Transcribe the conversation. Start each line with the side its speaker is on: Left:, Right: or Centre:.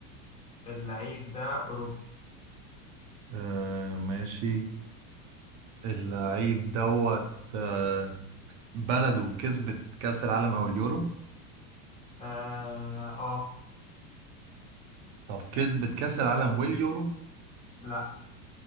Left: اللعيب ده اوروبي
Right: آه ماشي اللعيب دوت آه بلده كسبت كأس العالم أو اليورو
Left: اه, آه
Right: طب كسبت كأس العالم واليورو
Left: لا